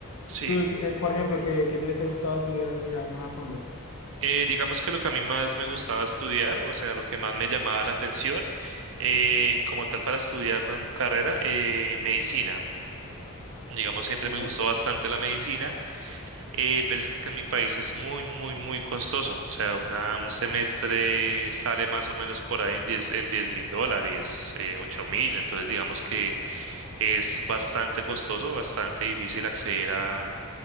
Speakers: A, on the right (about 60°); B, on the left (about 85°).
A: Sí.
B: Tú, en eh, por ejemplo, que, que te hubiese gustado estudiar así a- más a fondo.
A: Eh, digamos que lo que a mí más me gustaba estudiar, o sea, lo que más me llamaba la atención, eh, como tal para estudiar la nu- carrera, eh, medicina. Digamos, siempre
B: Ah, bueno,
A: me gustó bastante la medicina, eh, pero es que acá en mi país es muy, muy, muy costoso. O sea, una, un semestre sale más o menos por ahí en diez en diez mil dólares, eh, 8 mil. Entonces, digamos que es bastante costoso, bastante difícil acceder a,